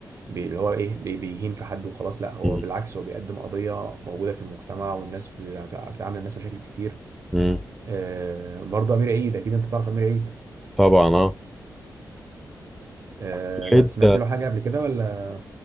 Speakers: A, on the right; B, in the centre.
A: بي- اللي هو إيه بي- بيهين في حد وخلاص لا هو
B: امم
A: بالعكس هو بيقدم قضية موجودة في المجتمع والناس ب- يعني بتعامل الناس مشاكل كتير
B: امم
A: آه برضه أمير عيد أكيد أنت تعرف أمير عيد
B: طبعا اه
A: آه
B: في الحيط
A: لا سمعت له حاجة قبل كده ولا